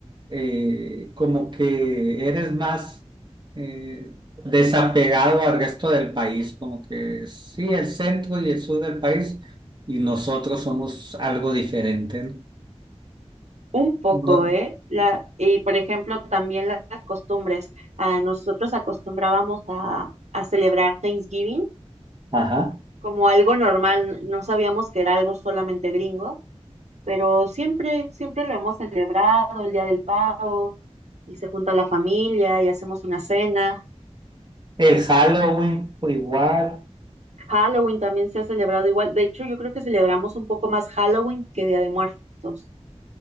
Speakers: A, on the right; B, on the right.
A: eh, como que eres más eh, desapegado al resto del país, como que sí, el centro y el sur del país y nosotros somos algo diferente, ¿no?
B: Un poco,
A: No-
B: ¿eh? La, y por ejemplo, también la- las costumbres. Ah, nosotros acostumbrábamos a, a celebrar Thanksgiving
A: ajá.
B: como algo normal. No sabíamos que era algo solamente gringo, pero siempre, siempre lo hemos celebrado, el Día del Pavo, y se junta la familia y hacemos una cena.
A: El Halloween, pues, igual,
B: Halloween también se ha celebrado igual. De hecho, yo creo que celebramos un poco más Halloween que Día de Muertos.